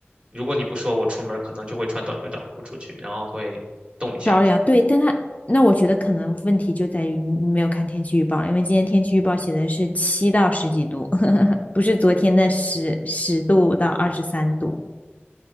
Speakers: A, on the right; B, on the left.
A: 如果你不说，我出门可能就会穿短袖短裤出去，然后会冻一下子。
B: 着凉。对，但它那我觉得可能问题就在于没有看天气预报，因为今天天气预报写的是七到十几度，<laughs> 不是昨天的十十度到二十三度。